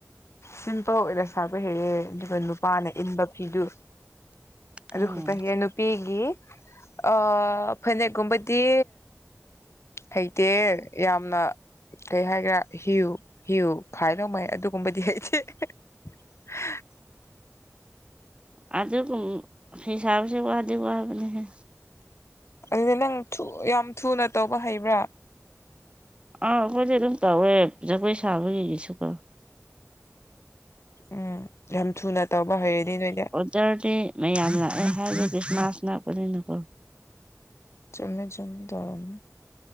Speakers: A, on the left; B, on the right.
A: ꯁꯤꯝꯇ ꯑꯣꯏꯅꯔ ꯁꯥꯕ ꯍꯦꯛꯑꯦ ꯑꯗꯨꯒ ꯅꯨꯄꯥꯅ ꯏꯟꯕ ꯐꯤꯗꯨ ꯑꯗꯨꯗꯤ
B: ꯎꯝ
A: ꯅꯨꯄꯤꯒꯤ ꯑ ꯐꯅꯦꯛ ꯀꯨꯝꯕꯗꯤ ꯍꯩꯇꯦ ꯌꯥꯝꯅ ꯀꯩ ꯍꯥꯏꯒꯦꯔꯥ ꯍꯤꯌꯨ ꯍꯤꯌꯨ ꯈꯥꯏ ꯂꯧꯧꯃꯩ ꯑꯗꯨꯒꯨꯝꯕꯗꯤ ꯍꯩꯇꯦ <unintelligible>
B: ꯑꯗ ꯐꯤ ꯁꯥꯕꯁꯤ ꯋꯥꯗꯤ ꯋꯥꯕꯅꯤꯍꯦ
A: ꯑꯗꯨꯗꯤ ꯅꯪ ꯌꯥꯝ ꯊꯨꯅ ꯇꯧꯕ ꯍꯩꯕ꯭ꯔꯥ
B: ꯑꯥ ꯑꯩꯈꯣꯏꯗꯤ ꯑꯗꯨꯝ ꯇꯧꯋꯦ ꯖꯒꯣꯏ ꯁꯥꯕꯒꯤꯒꯤꯁꯨꯀꯣ
A: ꯎꯝ ꯌꯥꯝ ꯊꯨꯅ ꯇꯧꯕ ꯍꯩꯔꯅꯤ ꯅꯣꯏꯅꯦ
B: ꯆꯔꯗꯦ ꯃꯌꯥꯝ ꯂꯥꯛꯑꯦ ꯍꯥꯏꯗꯤ ꯈ꯭ꯔꯤꯁꯃꯥꯁ ꯂꯥꯛꯄꯅꯤꯅꯀꯣ
A: ꯆꯨꯝꯃꯦ ꯆꯨꯝꯃꯦ ꯇꯧꯔꯝꯃꯦ